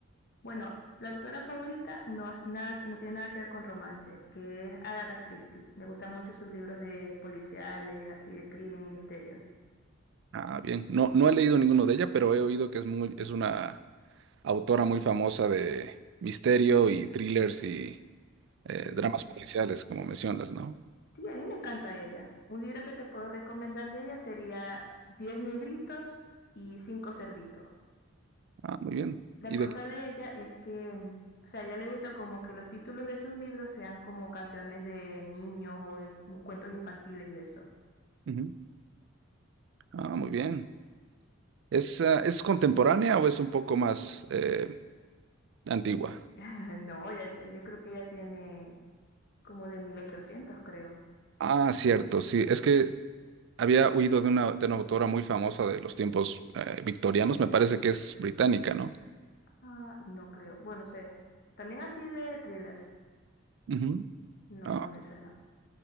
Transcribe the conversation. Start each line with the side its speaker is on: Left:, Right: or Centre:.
Left: Bueno, la autora favorita no, es nada, no tiene nada que ver con romance, que es Agatha Christie. Me gustan mucho sus libros de policiales, así de crimen y misterio.
Right: Ah, bien. No, no he leído ninguno de ella, pero he oído que es muy, es una autora muy famosa de misterio y thrillers y eh,
Left: Sí,
Right: dramas policiales, como mencionas, ¿no?
Left: sí, a mí me encanta ella. Un libro que te puedo recomendar de ella sería Diez negritos y cinco cerditos.
Right: Ah, muy bien.
Left: La
Right: ¿Y
Left: cosa
Right: de qué?
Left: de ella es que, mm, o sea, a ella le gusta como que los títulos de sus libros sean como canciones de niños o eh, como cuentos infantiles y eso.
Right: Ujú. Ah, muy bien. ¿Es, ah, es contemporánea o es un poco más eh, antigua?
Left: <laughs> No, ella- yo creo que ella tiene como de 1800 creo.
Right: Ah, cierto, sí. Es que había oído de una, de una autora muy famosa de los tiempos eh, victorianos. Me parece que es británica, ¿no?
Left: Ah, no creo. Bueno, sé. También así de thrillers.
Right: Ujú.
Left: No,
Right: Ah,
Left: no me suena.